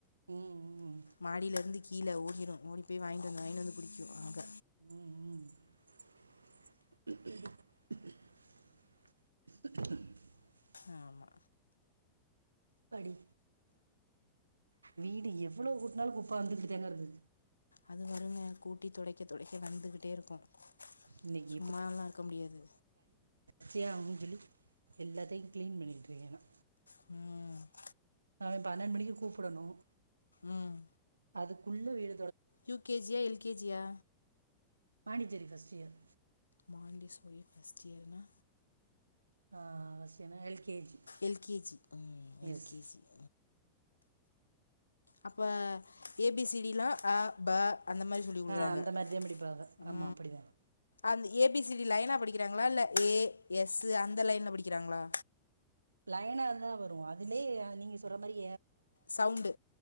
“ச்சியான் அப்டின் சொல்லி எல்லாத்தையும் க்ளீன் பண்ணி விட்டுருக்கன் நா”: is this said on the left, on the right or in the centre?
Right